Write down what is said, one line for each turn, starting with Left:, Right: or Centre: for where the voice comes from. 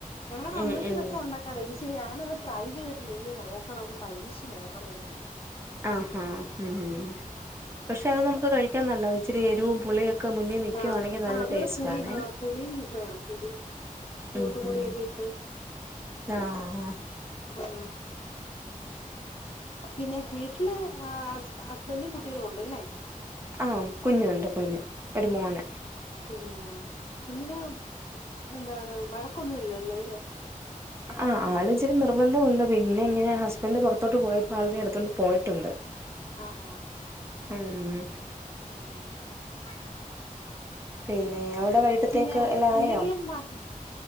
Left: ഞങ്ങൾടെ അമ്മയ്ക്ക്
Right: ഉം ഉം
Left: ഇതൊക്കെ ഉണ്ടാക്കറിയാം പക്ഷെ ഞാനത് ട്രൈ ചെയ്തി ഇനി നോക്കണം ഒന്ന് പരീക്ഷ്നോക്കണം ഇനീം
Right: ആ ആ ഉം പക്ഷെ അത് നമുക്ക് കഴിക്കാൻ നല്ലതാ ഇച്ചിരി എരിവും പുളിയൊക്കെ ഒക്ക മുന്നിൽ നിക്കുവാണെങ്കിൽ
Left: ആഹ്
Right: നല്ല
Left: ആഹ് അതുപോലെ
Right: ടേസ്റ്റ്
Left: പുളി
Right: ആണ്
Left: ആഹ് പുളിയും വേണം പുളി തോട്ടുപുളിയൊക്കെ
Right: ഉം ഉം
Left: ഇട്ട്
Right: ആ ആ
Left: ഹ പിന്നെ വീട്ടില് അഹസ്ബൻ്റും കുട്ടികളും ഉണ്ടല്ലേ
Right: ആ കുഞ്ഞുണ്ട് കുഞ്ഞ് ഒരു മോനാ
Left: കുഞ്ഞാ കുഞ്ഞിനെ എന്താണ് വടക്കൊന്നും ഇല്ലല്ലോ അല്ലേ <inaudible>
Right: ആ ആള് ഇച്ചിരി നിർബന്ധമുണ്ട് പിന്നെ ഇങ്ങനെ ഹസ്ബൻ്റ് പുറത്തോട്ട് പോയപ്പോ ആളിനെ എടുത്തോണ്ട് പോയിട്ടുണ്ട്
Left: ആ ആ
Right: ഉം
Left: ഉം ഉം <unintelligible>
Right: പിന്നെ അവിടെ വൈകിട്ടത്തേക്ക്
Left: പിന്നെ
Right: എല്ലാം
Left: എന്തെങ്കിലും
Right: ആയോ
Left: മറ